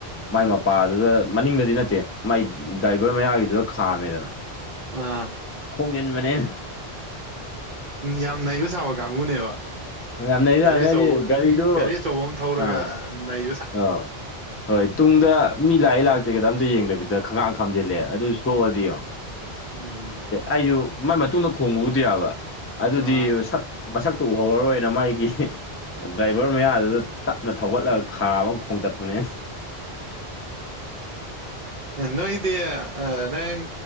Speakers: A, on the left; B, on the right.
A: ꯃꯥꯏ ꯃꯄꯥꯗꯨꯗ ꯃꯅꯤꯡꯗꯗꯤ ꯅꯠꯇꯦ ꯃꯥꯏ ꯗꯥꯏꯕꯔ ꯃꯌꯥꯒꯤꯗꯨꯗ ꯈꯥꯝꯃꯦꯗꯅ
B: ꯑ
A: ꯈꯣꯡꯖꯤꯟꯕꯅꯦ
B: ꯌꯥꯝ ꯅꯩꯕ ꯁꯥꯕ ꯀꯥꯡꯕꯨꯅꯦꯕ
A: ꯌꯥꯝ ꯅꯩꯖꯥꯠꯅꯤ
B: ꯒꯥꯔꯤ ꯑꯆꯧꯕ
A: ꯍꯥꯏꯗꯤ ꯒꯥꯔꯤꯗꯣ
B: ꯒꯥꯔꯤ ꯑꯆꯧꯕ ꯑꯃ ꯊꯧꯔꯒ
A: ꯑꯥ
B: ꯅꯩ
A: ꯑꯥ ꯍꯣꯏ ꯇꯨꯡꯗ ꯃꯤ ꯂꯥꯛꯑꯦ ꯂꯥꯛꯇꯦ ꯀꯗ ꯑꯝꯇ ꯌꯦꯡꯗꯕꯤꯗ ꯈꯪꯒꯥꯥꯡ ꯈꯥꯝꯖꯤꯜꯂꯦ
B: ꯎꯝ
A: ꯑꯗꯨꯁꯨꯣꯛ ꯑꯣꯏꯕꯤꯌꯣ
B: ꯎꯝ
A: ꯑꯩꯁꯨ ꯃꯥꯏ ꯃꯇꯨꯡꯗ ꯈꯣꯡꯕꯕꯨꯗꯤ ꯌꯥꯕ ꯑꯗꯨꯗꯤ
B: ꯑꯥ
A: ꯁꯛ ꯃꯁꯛꯇꯨ ꯎꯍꯧꯔꯔꯣꯏꯅ ꯃꯥꯒꯤ ꯗ꯭ꯔꯥꯏꯚꯔ ꯃꯌꯥꯗꯨꯗ ꯇꯞꯅ ꯊꯧꯒꯠꯂ ꯈꯥꯝꯃ ꯈꯣꯡꯇꯠꯄꯅꯦ
B: ꯑ ꯅꯣꯏꯗꯤ ꯑ ꯅꯪ